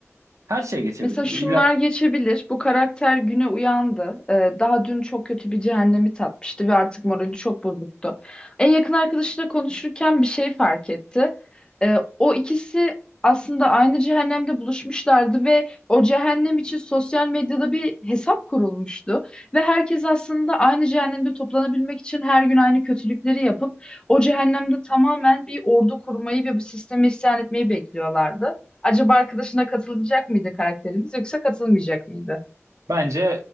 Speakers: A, on the right (about 80°); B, on the left (about 20°).
A: her şey geçebilirdi
B: Mesela şunlar
A: İlla
B: geçebilir. Bu karakter güne uyandı. Ee, daha dün çok kötü bir cehennemi tatmıştı ve artık morali çok bozuktu. En yakın arkadaşıyla konuşurken bir şey fark etti. Ee, o ikisi aslında aynı cehennemde buluşmuşlardı ve o cehennem için sosyal medyada bir hesap kurulmuştu. Ve herkes aslında aynı cehennemde toplanabilmek için her gün aynı kötülükleri yapıp o cehennemde tamamen bir ordu kurmayı ve bu sisteme isyan etmeyi bekliyorlardı. Acaba arkadaşına katılacak mıydı karakterimiz yoksa katılmayacak mıydı?
A: bence